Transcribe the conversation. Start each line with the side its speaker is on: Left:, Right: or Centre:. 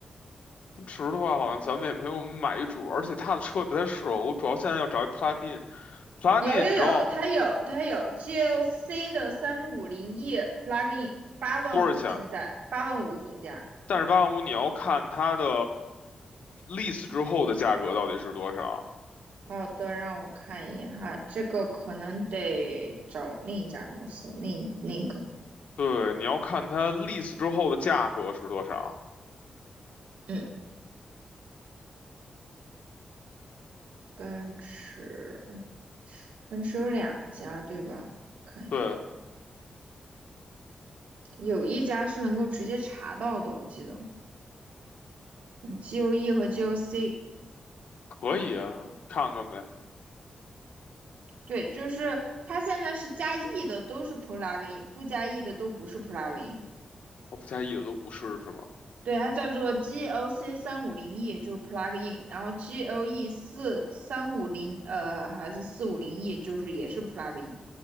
Left: 奔驰的话好像咱们也没有买一主，而且它的车也不太适合我。主要现在要找一 plug in。plug
Right: 有有有，
Left: in 你知道
Right: 它有它有 GLC 的三五零 E plug in，八万五现在八万五总价。
Left: 多少钱？但是八万五你要看它的 lease 之后的价格到底是多少。
Right: 好的，让我看一眼哈，这个可能得找另一家公司，另另一个，
Left: 对，你要看它 lease 之后的价格是多少。
Right: 嗯，奔驰，奔驰有两家对吧？我看一下，
Left: 对，
Right: 有一家是能够直接查到的，我记得，嗯，GOE 和 GOC，
Left: 可以啊，看看呗。
Right: 对，就是它现在是加 E 的都是 plug in，不加 E 的都不是 plug in。
Left: 我不介意的都不是是吗？
Right: 对，它叫做 GLC 三五零 E，就是 plug in，然后 GLE 四三五零呃还是四五零 E，就是也是 plug in，